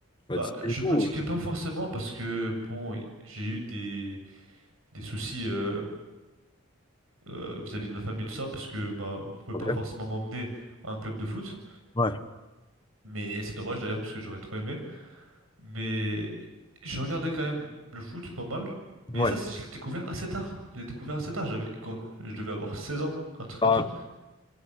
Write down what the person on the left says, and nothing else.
la
discipline
et tout.
ou-
Ok.
Ouais,
ouais.
Bah,